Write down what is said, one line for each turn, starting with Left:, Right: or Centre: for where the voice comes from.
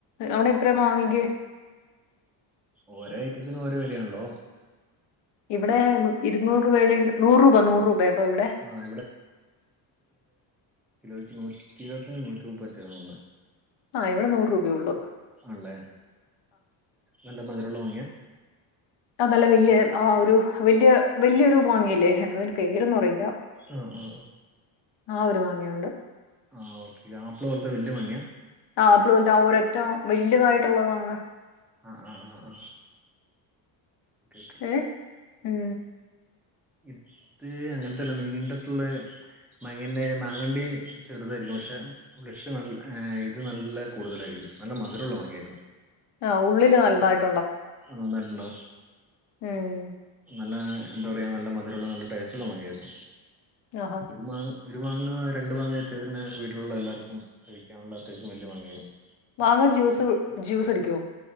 Left: അവിടെ എത്ര മാങ്ങക്ക്
Centre: ഓരോ ഐറ്റത്തിനും ഓരോ വെലയാണല്ലോ
Left: ഇവിടെ ഇരുന്നൂറ് രൂപയുടെ നൂറ് രൂപ നൂറ് രൂപയാട്ടോ ഇവിടെ
Centre: ആഹ് കിലോക്ക് നൂറ്റി ഇരുപത്തി നൂറ്റി മുപ്പത്തി ആണ് ന്നാ തോന്നുന്നേ
Left: ആ ഇവിടെ നൂറ് രൂപയേ ഒള്ളൂ
Centre: ആണ്ല്ലേ നല്ല മധുര മുള്ള മാങ്ങയാ
Left: അ നല്ല വല്യ ആ ഒരു വല്യ വല്യൊരു മാങ്ങിയില്ലേ എന്താതിന്റെ പേരൊന്നും അറിയില്ല
Centre: ആ ആ
Left: ആ ഒരു മാങ്ങയുണ്ട്
Centre: ആ ഉംആഹ് ഓ ആപ്പിൾ പോലത്തെ വല്യ മാങ്ങയാ
Left: ആഹ് ആപ്പിൾ പോലത്തെ ആ ഒരറ്റ വല്യതായിട്ടുള്ള മാങ്ങ
Centre: ആഹ് ആ ആ ആ ക്കെ ക്കേ
Left: ഏ ഉം
Centre: ഇത് അങ്ങനത്തെല്ല നീണ്ടിട്ടുള്ള മങ്ങേന്റെ മാങ്ങണ്ടി ചെറുതായിരിക്കും പക്ഷെ ഫ്‌ളഷ് നല്ല ഇത് നല്ല കൂടുതലായിരിക്കും നല്ല മധുരമുള്ള മാങ്ങയായിരുന്നു
Left: ആഹ് ഉള്ളില് നൽ ന്നാ
Centre: ആ നന്നായിട്ടുണ്ടാവും
Left: ഉം
Centre: നല്ല എന്താ പറയാ നല്ല മധുരമുള്ള നല്ല ടേസ്റ്റുള്ള മാങ്ങയായിരുന്നു
Left: ആഹ
Centre: ഒരു മാ ഒരു മാങ്ങ രണ്ട് മാങ്ങ ചെത്തിയാൽതന്നെ വീട്ടിലുള്ള എല്ലാവർക്കും കഴിക്കാനുള്ള അത്യാവശ്യം വലിയ മാങ്ങയായിരുന്നു
Left: മാങ്ങാ ജ്യൂസ് ജ്യൂസ് അടിക്കുവോ